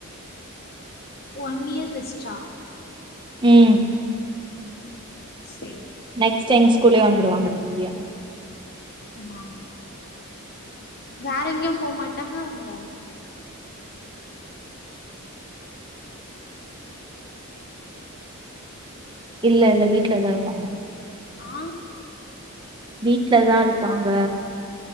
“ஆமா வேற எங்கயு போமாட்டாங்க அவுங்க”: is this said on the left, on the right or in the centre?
Left